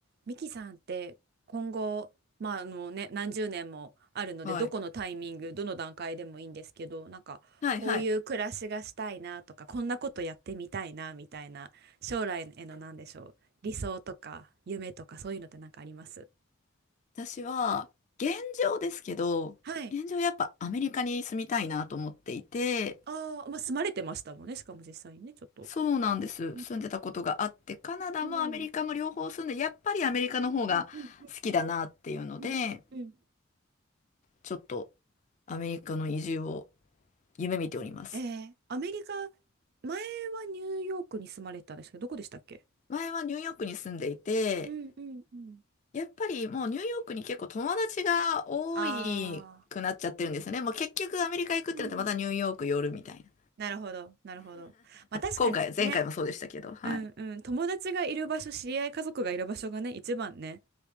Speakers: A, on the right; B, on the left.
A: ミキさんって今後、まああのね、何十年もあるので、
B: はい。
A: どこのタイミング、どの段階でもいいんですけど、なんかこういう暮らしがしたいなとか、
B: はいはい。
A: こんなことやってみたいなみたいな、将来への何でしょう、理想とか夢とかそういうのってなんかあります
B: 私は、現状ですけど、
A: はい。
B: 現状やっぱアメリカに住みたいなと思っていて、
A: ああ、まあ住まれてましたもんね、しかも実際にね、ちょっと。
B: そうなんです。
A: うん。
B: 住んでたことがあって、カナダもアメリカも両方住んで、
A: うん
B: やっぱりアメリカの方が好きだなっていうので、
A: うんうんうんうんうんうん
B: ちょっとアメリカの移住を夢見ております。
A: えー、アメリカ、前はニューヨークに住まれてたんですけど、どこでしたっけ
B: 前はニューヨークに住んでいて、
A: うんうんうん。
B: やっぱりもうニューヨークに結構友達が多いくなっちゃってるんですよね。
A: あ
B: もう結局アメリカ行くってなってまたニューヨーク寄るみたいな。
A: あ、うん。なるほど、なるほど。まあ確かにね、
B: 今回、前回もそうでしたけど、はい。
A: うんうん、友達がいる場所、知り合い、家族がいる場所がね、一番ね、